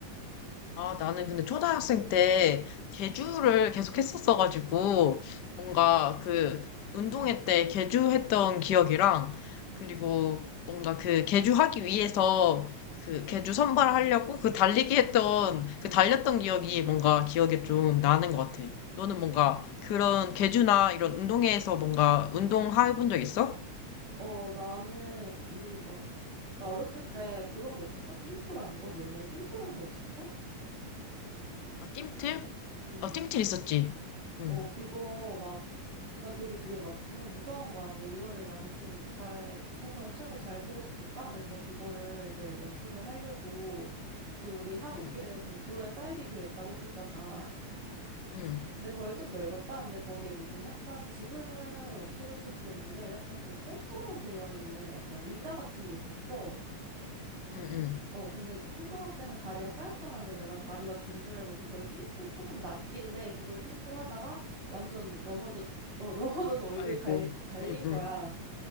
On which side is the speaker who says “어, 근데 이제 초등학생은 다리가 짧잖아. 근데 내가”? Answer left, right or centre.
Right